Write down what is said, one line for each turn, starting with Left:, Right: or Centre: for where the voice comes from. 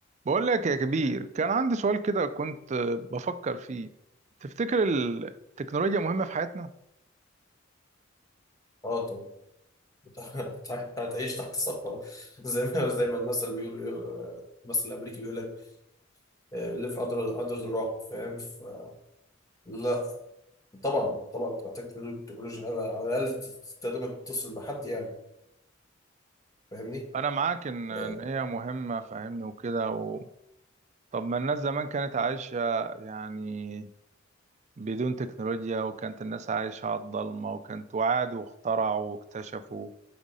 Right: بقول لك يا كبير كان عندي سؤال كده كنت بفكر فيه تفتكر التكنولوجيا مهمة في حياتنا؟
Left: اه طب <laughs> هت- هتعيش تحت صخرة <laughs> زي ما زي ما المثل بيقول المثل الأمريكي بيقول لك ليف أندر أندر ذا روك فاهم ف- لا طبعا طبعا بتحتاج تكنولوجيا على على الأقل تستخدمها تتصل بحد يعني فاهمني
Right: أنا معاك إن إن
Left: آه،
Right: هي مهمة فاهمني وكده و... طب ما الناس زمان كانت عايشة يعني بدون تكنولوجيا وكانت الناس عايشة على الضلمة وكانت وعادوا واخترعوا واكتشفوا